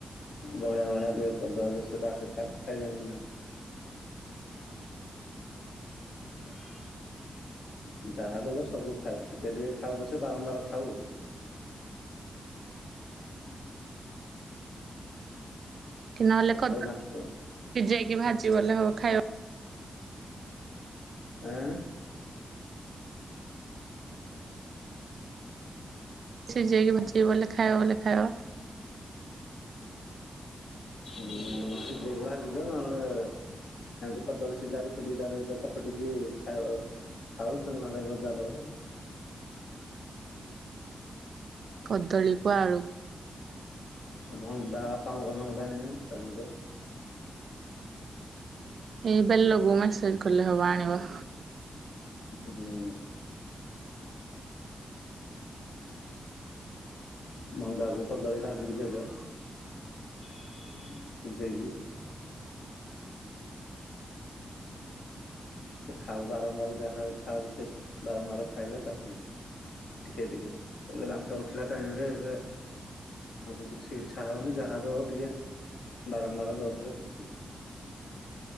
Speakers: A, on the left; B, on the right.
A: ବହଳିଆ ବହଳିଆ ଟିକେ କରିଦବ ଯେ ସିଏ ତାର ସଖାଳେ ଖାଇବା ନୋଉନା <inaudible> ଯାହା ବି ହେଲେ ସବୁ ଖାଇବ ଟିକେ ଟିକେ ଖାଉ ପଛେ ବାରମ୍ବାର ଖାଉ।
B: କି ନହେଲେ
A: ହେଲେ
B: କଦଳୀ
A: ଜାଣିଥିବ।
B: ସିଜେଇକି ଭାଜି ବଲେ ହବ ଖାଇବ।
A: ଆଁ?
B: ସିଜେଇକି ଭାଜିକି ବଲେ ଖାଇବ ବଲେ ଖାଇବ।
A: ହୁଁ ସିଜେଇକି ଭାଜି ଦିଅ ନହେଲେ ସେମତି କଦଳୀ ସିଜା ଗୋଟେ ଦୁଇଟା ଦେଇଦିଅ ଚପଟିକି ଖାଇବ। ଖାଉ ତ ନହେଲେ ଭଜା ଦବ।
B: କଦଳୀକୁ ଆଳୁ।
A: ଭଣ୍ଡା ବାପାଙ୍କୁ କହୁନ ଗୋଟେ ଆଣିବେ ତକୁଡେ।
B: ଏଇ ବେଲଗୁ ମାସେଜ୍ କଲେ ହବ ଆଣିବ।
A: ହୁଁ। ମଣ୍ଡାକୁ କଦଳୀ ଭାଜିକି ଦେଇଦିଅ। ସେଝେଇକି। ଏ ଖାଉ ବାରମ୍ବାର ଯାହା ଛାଡ଼଼ ସେ ବାରମ୍ବାର ଖାଇଲେ ସାଫି ଟିକେ ଟିକେ ହେଲେ ଦାନ୍ତ ଉଠିଲା ଟାଇମ୍ ରେ ହେଲେ ତାଙ୍କୁ କିଛି ଇଚ୍ଛା ହବନି ଯାହା ଦବ ଟିକେ ବାରମ୍ବାର ଦଉଥିଲେ ସେଠି